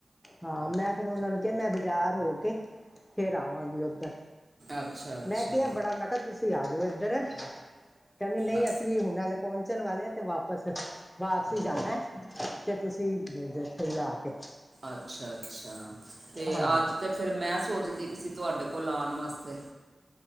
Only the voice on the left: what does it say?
ਹਾਂ। ਮੈਂ ਫੇਰ ਉਹਨਾਂ ਨੂੰ ਕਿਹਾ, ਮੈਂ ਬਾਜ਼ਾਰ ਹੋ ਕੇ ਫਿਰ ਆਵਾਂਗੀ ਉੱਧਰ।
ਮੈਂ ਕਿਹਾਂ ਬੜਾ ਮਕ ਤੁਸੀਂ ਆ ਜਾਓ ਇੱਧਰ। ਕਹਿੰਦੀ ਨਹੀਂ
ਅਸੀਂ ਵੀ ਹੁਣੇ ਪਹੁੰਚਣ ਵਾਲੇ ਤੇ ਵਾਪਸ, ਵਾਪਸੀ ਜਾਣਾਂ ਹੈ। ਤੇ ਤੁਸੀਂ, ਦੇਖੋ ਜਾਕੇ।
ਹਾਂਜੀ